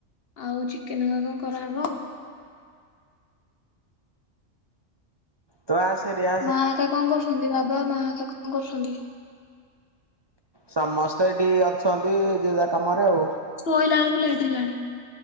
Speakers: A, on the left (about 55°); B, on the right (about 30°).
A: ଆଉ ଚିକେନ ହୁଆ କଁ କରାହବ ଆଉ।
B: ତ ଆସେ ହାରି ଆ
A: ମା ଆକା କଁ କରୁଛନ୍ତି ବାବା ମା ଆକା କଁ କରୁଛନ୍ତି?
B: ସମସ୍ତେ ଏଠି ଅଛନ୍ତି ଯିଏ ଯାହା କାମରେ ଆଉ।
A: ଶୋଇଲା ଏଳୁକୁ ଲେଟ୍ ହେଲାଣି।